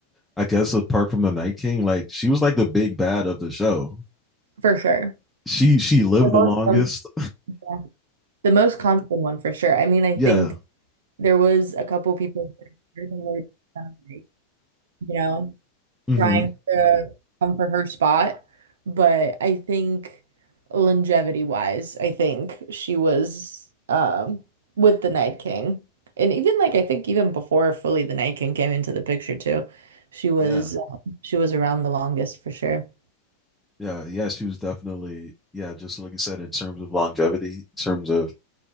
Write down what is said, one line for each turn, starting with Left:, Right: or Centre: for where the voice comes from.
Centre: I guess apart from the Night King, like she was like the big bad of the show.
Right: for sure.
Centre: She she lived
Right: The
Centre: the longest.
Right: most, yeah. The most constant one for sure. I mean, I
Centre: <laughs> yeah.
Right: think There was a couple people that were kind of like, you know,
Centre: Mm-hmm.
Right: trying to come for her spot, but I think longevity wise, I think she was um with the Night King. And even like I think even before fully the Night King came into the picture too, she was
Centre: Yeah.
Right: um, she was around the longest for sure.
Centre: Yeah. Yeah. She was definitely yeah, just like you said, in terms of longevity, in terms of